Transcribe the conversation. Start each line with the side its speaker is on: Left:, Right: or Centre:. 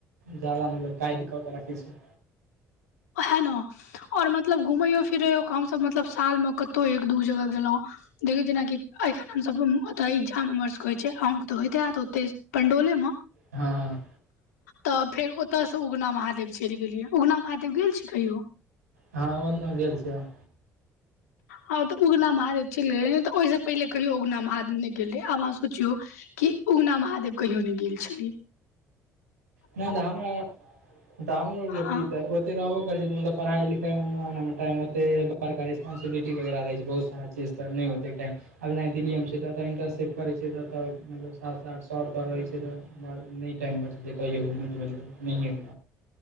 Right: जादा मिलत काइज कऽ के रखै छी।
Left: है न। और मतलब घुमैयो फिरैयो के हमसभ मतलब सालमे कतहु एक दू जगह गेलहुँ। देखियौ जेनाकि एखन हमसभके ओतो एग्जाम हमर सबके होइ छैय अहूँके तऽ होइत हैत ओते पंडौले मे।
Right: हँ।
Left: तऽ फेर ओतोसँ उगना महादेव चलि गेलियै उगना महादेव गेल छी कहियो।
Right: हँ ओनो गेल छी हम।
Left: हँ तऽ उगना महादेव चइल गेलियै नै तऽ ओहि स पहिले कहियो उगना महादेव नै गेल रहियै आब अहाँ सोचियौ कि उगना महादेव कहियो नै गेल छलि।
Right: नहि तऽ हमरा द हमरलो
Left: हँ
Right: की त ओतय रहबो करै छैय तऽ मतलब पढ़ाई-लिखाई एना-ओना में टाइम ओतय बार करि रिस्पॉन्सबिलिटी वगैरह रहे छैय बहुत सारा जिस पर नहि होते टाइम। आब नहि दिल्लीए में छैयतऽ इंटरशिप करैत छै तऽ मतलब सात-आठ साल पढ रहै छैय तऽ नहि टाइम बचते जे कहियौ घूमय तुमै लऽ नहिए गेल।